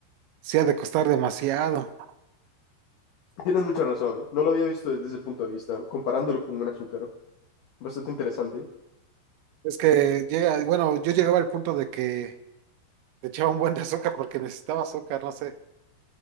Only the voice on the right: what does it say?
sí ha de costar demasiado.
Es que llega, bueno, yo llegaba al punto de que le echaba un buen de azúcar porque necesitaba azúcar, no sé,